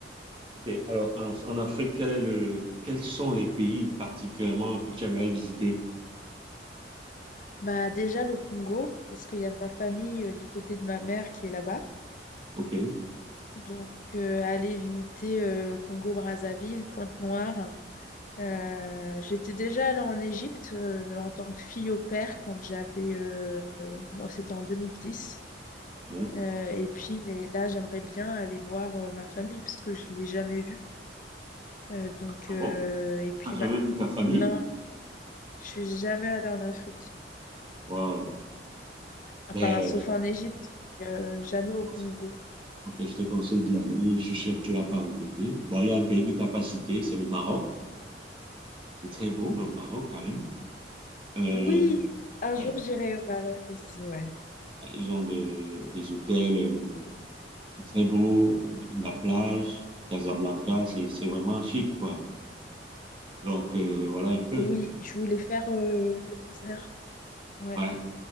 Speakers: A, on the right; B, on the left.
A: Ok. Alors, en, en Afrique, quel est le, quels sont les pays particulièrement que tu aimerais visiter?
B: Bah, déjà le Congo, parce qu'il y a ma famille euh, du côté de ma mère qui est là-bas.
A: Ok.
B: Donc, euh, aller visiter euh, Congo-Brazzaville, Pointe-Noire. Euh, j'étais déjà allée en Égypte euh, en tant que fille au père quand j'avais... euh, euh, bon, c'était en 2010.
A: Ouais.
B: Euh, et puis, mais là, j'aimerais bien aller voir euh, ma famille parce que je l'ai jamais vue. Euh, donc,
A: Ah
B: euh,
A: bon?
B: et puis,
A: T'as jamais
B: ma...
A: vu ta famille?
B: non, je suis jamais allée en Afrique.
A: Waouh.
B: Enfin,
A: Ben,
B: sauf
A: je
B: en Égypte, mais, euh, jamais au
A: te conseille-
B: Congo.
A: ok, je te conseille d'y aller. Je suis sûr que tu vas pas regretter. Bon, il y a un pays que t'as pas cité, c'est le Maroc. C'est très beau, euh, au Maroc quand même. Euh,
B: Oui, un
A: ouais.
B: jour, j'irai au Maroc aussi, ouais.
A: Ils ont de- des hôtels. C'est très beau, la plage, Casablanca, c'est c'est vraiment chic, quoi. Donc, euh, voilà un peu.
B: Oui, je voulais faire euh, le désert. Ouais,
A: Ouais,